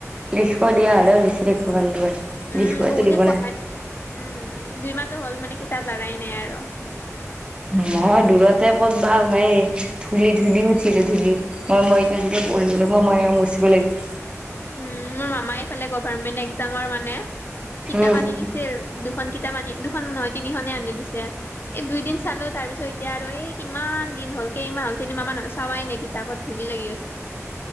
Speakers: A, on the right; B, on the left.
A: লিখিব দিয়া হ'লেও লিখি থাকিবো পাৰলোঁ হয়।
B: উম
A: লিখিবতো
B: বহুত
A: দিব
B: দিন পঢ়াই নাই, উম দুই মাহতো হ'ল মানে কিতাপ লাৰাই নাই আৰু।
A: মই দূৰতে ক'তবা এই ধূলি ধূলি উঠিলো ধূলি হয় মই এতিয়া যেতিয়া পঢ়িব লাগিব মই মুচিব লাগিব।
B: উ মোৰ মামাই এইফালে গভাৰমেট একজামৰ মানে কিতাপ
A: উম
B: আনি দি ছেৰ দুখন কিতাপ আনি দুখন নহয় তিনিখনে আনি দিছে। এ দুইদিন চালো তাৰ পিছত এতিয়া আৰু এই কিমান দিন হ'ল কেইমানাহ হ'ল তিনিমাহ মান হ'ল চাৱাই নাই কিতাপত। ধূলি লাগি গৈছে।